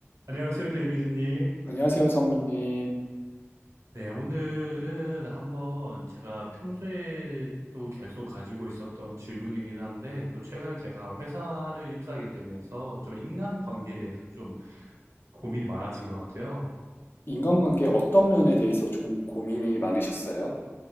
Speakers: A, on the right; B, on the left.
A: 안녕하세요, 데이비드님.
B: 안녕하세요, 성우님.
A: 네, 오늘은 한번 제가 평소에 또 계속 가지고 있었던 질문이긴 한데, 또 최근에 제가 회사를 입사하게 되면서 좀 인간관계에 대해서 좀 고민이 많아진 것 같아요.
B: 인간관계 어떤 면에 대해서 조금 고민이 많으셨어요?